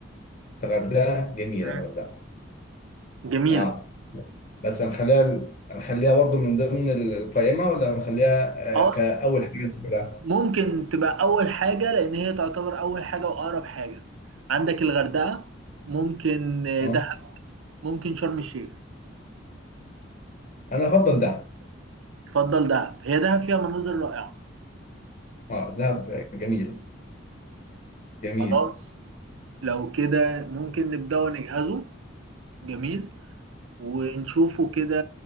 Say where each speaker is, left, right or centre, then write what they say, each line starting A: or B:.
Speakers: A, on the left (about 45°); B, on the right (about 80°).
A: الغردقه جميله
B: مم.
A: الغردقه
B: جميلة
A: اه بس هنخليها هنخليها برضو من ضمن ال- القائمه ولا هنخليها
B: أه
A: آه، كاول حاجه نسافرها
B: ممكن تبقى أول حاجة لأن هي تعتبر أول حاجة وأقرب حاجة عندك الغردقة ممكن
A: اه
B: دهب ممكن شرم الشيخ
A: انا افضل دهب
B: تفضل دهب هي دهب فيها مناظر رائعة
A: اه دهب جميل جميل
B: خلاص لو كده ممكن نبدأ نجهزه جميل ونشوفه كده